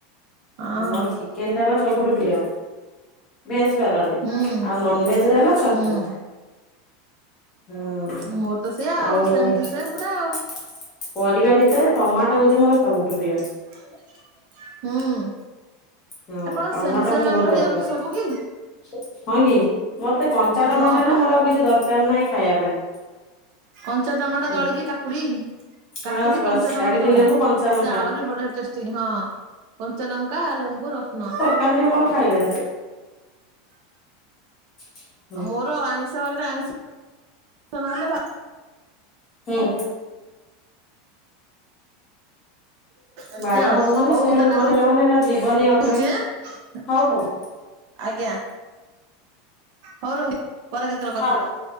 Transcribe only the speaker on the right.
ହଁ
ହୁଁ
ହୁଁ।
ମୋର ତ ସେଇଆ
ସେମ ଟୁ ସେମ
ପୁରା ଆଉ
ହ ହୁଁ।
ଆଉ କଣ
ସେମ ସେମ
ଆମର ହେଇଯାଉଛି
ସବୁ କି
ହଁ
ପା
କଞ୍ଚା ଟମାଟୋ
ଦଳିକି କାକୁଡ଼ି କାକୁଡି,
କଞ୍ଚା ଟମାଟୋ
ଦଳା
ସେ ଆହୁରି ବଢିଆ ଟେଷ୍ଟି ହଁ। କଞ୍ଚାଲଙ୍କା, ଆ ଲେମ୍ବୁ, ରସୁଣ।
ଆ ମୋର ଆଇଁଷ ବାରରେ ଆଇଁଷ ଷ ନହଲେ ଭା
ଏମ୍ତି
ଆଉ
ହୋଉ
ତାଲେ
ରୋହୁ
ରହୁଚି ଆଁ?
ଆଜ୍ଞା ହୋଉ ରୋହୁଚି ପରେ କେତେବେଳେ
କଥା ହବା।